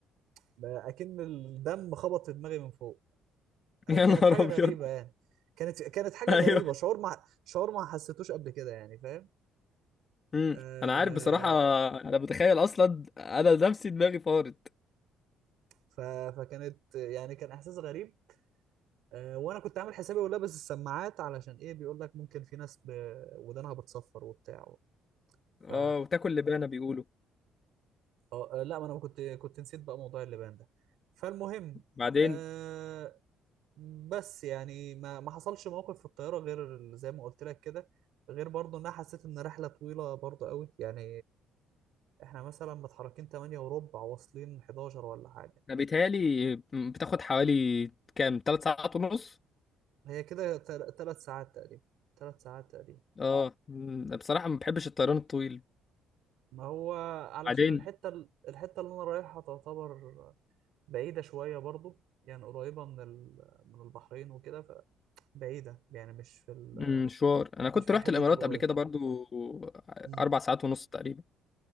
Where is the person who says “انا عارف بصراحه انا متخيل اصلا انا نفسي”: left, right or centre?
Left